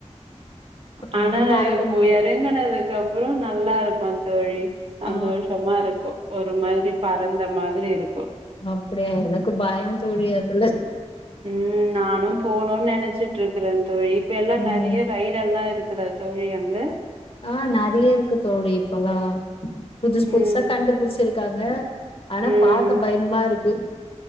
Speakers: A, on the right; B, on the left.
A: ஆனா
B: இன்னு மறக்க
A: இப்போ
B: முல்ல
A: எறங்குனதுக்கப்ற நல்லா இருக்கு தோழி சந்தோஷமா
B: ஆ
A: இருக்கு ஒரு மாதிரி பறந்த மாதிரி இருக்
B: அப்டியா எனக்கு பயம் தோழி அ தில்ல
A: உம் நானு போணுன் நெனச்சு கேக்குதாங்க தோழி இப்பெல்லா
B: ம்
A: நெறைய ரைடெல்லா இருக் க்குதா தோழி அங்க
B: ஆஹ் நெறைய இருக்கு தோழி இப்பெல்லா புதுசு புதுசா
A: ம்
B: கண்டுபுடிச்சுருக் க்காங்க ஆனா
A: ம்
B: பாக்க பய்ம்மா இருக்கு